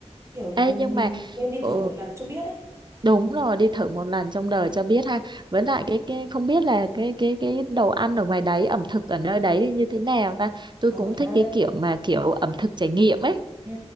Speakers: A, on the right; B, on the right.
A: kiểu
B: Ê
A: ờ,
B: nhưng
A: mình
B: mà
A: nên đi
B: ừ,
A: thử một lần cho biết đấy
B: đúng rồi đi thử một lần trong đời cho biết ha. Với lại cái, cái không biết là cái cái cái đồ ăn ở ngoài đấy, ẩm thực ở nơi đấy thì như thế nào ta. Tôi
A: ờ
B: cũng thích
A: ha
B: cái kiểu mà kiểu ẩm thực trải nghiệm ấy.
A: ừ.